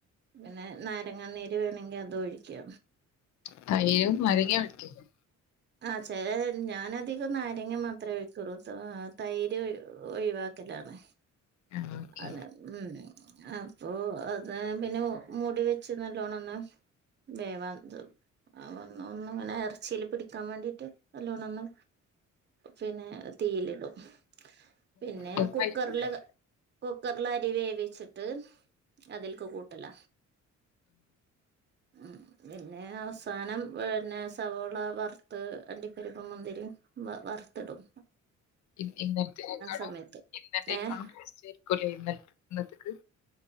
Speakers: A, on the right (about 35°); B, on the left (about 70°).
A: പിന്നെ നാരങ്ങാനീര് വേണെങ്കി അതൊഴ്ക്കാ
B: <unintelligible>
A: ആ ചെലേത് ഞാൻ അധികം നാരങ്ങ മാത്രേ ഒഴിക്കൂള്ളു <unintelligible> തൈര് ഒഴിവാക്കലാണ്
B: ആ ഓക്കെ
A: അത ഉം അപ്പൊ അതാ ഞാൻ പിന്നെ മുടി വെച്ച് നല്ലോണം ഒന്ന് വേവാത്ത് ആ ഒന്ന് ഒന്ന് ഇങ്ങനെ ഇറച്ചിയില് പിടിക്കാൻ വേണ്ടിട്ട് നല്ലോണം ഒന്ന് പിന്നെ തീയിലിടും പിന്നെ
B: ദമ്മായിരിക്കില്ലേ
A: കുക്കറിലത് കുക്കറിലരി വേവിച്ചിട്ട് അതിൽക്ക് കൂട്ടല ഉം പിന്നെ അവസാനം പിന്നെ സവോള വറുത്ത് അണ്ടിപ്പരിപ്പും മുന്തിരിയും വ വറത്തിടും
B: ഇ ഇന്നലതേനെക്കാളും
A: സമയത്ത്
B: ഇന്നലത്തേക്കാളും
A: ഏഹ്
B: ടേസ്റ്റ് ആരിക്കൂല്ലേ ഇന്നലെ ഇന്നത്തെക്ക്